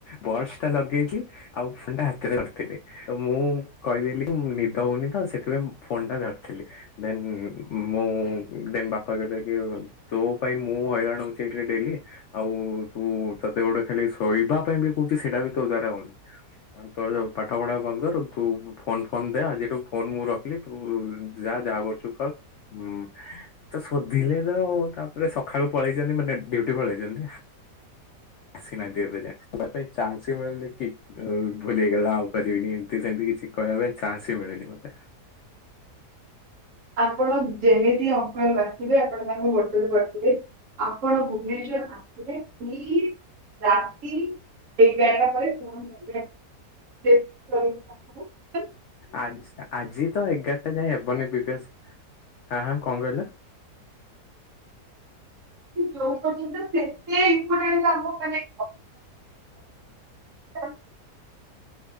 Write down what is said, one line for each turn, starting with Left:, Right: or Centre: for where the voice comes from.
Left: ବସ ଟା ଲଗେଇଚି। ଆଉ ଫନ୍ ଟା ହାତରେ ରଖିଥିଲି। ତ ମୁଁ କହିଦେଲି କି, ନିଦ ହଉନି ତ, ସେଥିପାଇଁ ଫୋନ ଟା ଧରିଥିଲି। ଦେନ୍ ମୁଁ, ଦେନ୍ ବାପା କହିଲେ କି ଆଉ ତୋ ପାଇଁ ମୁଁ ହଇରାଣ ହଉଚି ଏଠରେ ଡେଲି ଆଉ ତୁ, ତତେ ଗୋଟେ ଖାଲି ଶୋଇବା ପାଇଁ ବି କହୁଛି ସେଇଟା ବି ତୋ ଦ୍ୱାରା ହଉନି। ତୋ ପାଠ ପଢ଼ା ବନ୍ଦରୁ ତୁ ଫୋନ ଫୋନ ଦେ ଆଜିଠୁ ଫୋନ ମୁଁ ରଖିଲି, ତୁ ଯା ଯାହା କରୁଛୁ କର, ଉଁ ତ ଶୋଧିଲେ ତ, ତାପରେ ସକାଳୁ ପଳେଇଚନ୍ତି ମାନେ ଡ୍ୟୁଟି ପଳେଇଚନ୍ତି। ଆସିନାନ୍ତି ଏବେ ଯାଏଁ, କହିବା ପାଇଁ ଚାନ୍ସ ହିଁ ମିଳୁନି, କି ଭୁଲହେଇଗଲା ଆଉ ନି, ଏମିତି ସେମିତି କିଛି କହିବା ପାଇଁ, ଚାନ୍ସ ବି ମିଳେନି ମତେ।
Right: ଆପଣ ଯେମିତି ଅଙ୍କନ ଆସିବେ, ଆପଣ ତାଙ୍କ ଗୋ ଡ ତଳେ ପଡ଼ିଯିବେ, ଆପଣ ଭୁବନେଶର ଆସିବେ, ପ୍ଲିଜ୍ ରାତି ଏଗାରଟା ପରେ, <unintelligible>
Left: ଆଜ୍ ଆଜି ତ ଏଗାରଟା ଯାଏ ହେବନି ବିଦେଶ ହଁ, କଁ କହିଲ?
Right: ଯୋଉ ପର୍ଯ୍ୟନ୍ତ ସେତେ ଇମ୍ପୋ ଟାଣ୍ଟ ତାଙ୍କୁ ମାନେ <unintelligible> <unintelligible>